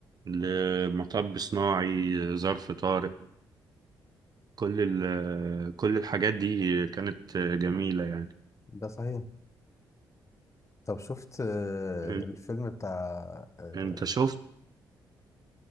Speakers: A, on the right (about 45°); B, on the left (about 30°).
A: لمطب صناعي ظرف طارق كل ال- كل الحاجات دي كانت جميلة يعني
B: ده صحيح طب شفت آه،
A: انت
B: الفيلم بتاع آه،
A: انت شفت